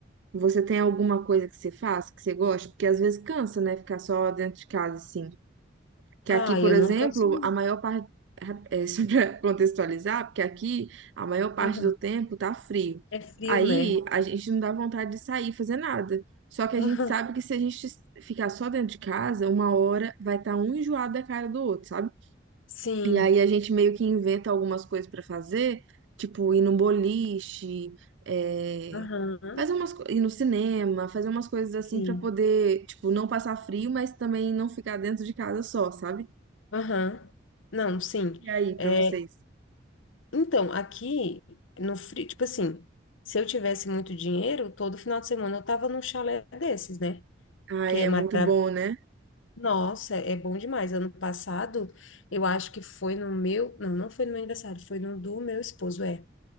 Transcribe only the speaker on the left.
Ah,
eu
não canso, não.
Aham.
É frio,
né?
Aham.
Sim.
Aham.
Sim.
Aham. Não, sim.
É,
então, aqui no frio, tipo assim, se eu tivesse muito dinheiro, todo final de semana eu tava num chalé desses, né?
Que é
maravilhoso.
Nossa, é bom demais. Ano passado, eu acho que foi no meu, não, não foi no meu aniversário, foi no do meu esposo, é.